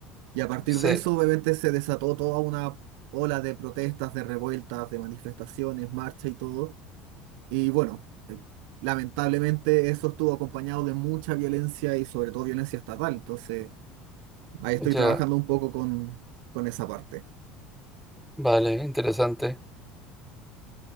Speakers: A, on the right; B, in the centre.
A: y a partir
B: sí.
A: de eso obviamente se desató toda una ola de protestas, de revueltas, de manifestaciones, marcha y todo. Y bueno, eh, lamentablemente eso estuvo acompañado de mucha violencia y sobre todo violencia estatal. Entonces, ahí estoy
B: Ya,
A: trabajando un poco con, con esa parte.
B: vale, interesante.